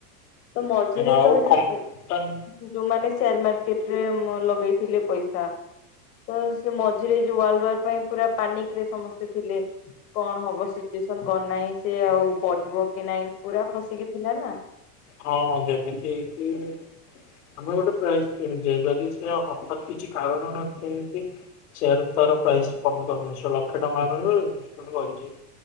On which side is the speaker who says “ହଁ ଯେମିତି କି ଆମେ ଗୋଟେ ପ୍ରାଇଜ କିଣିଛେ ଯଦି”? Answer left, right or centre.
Left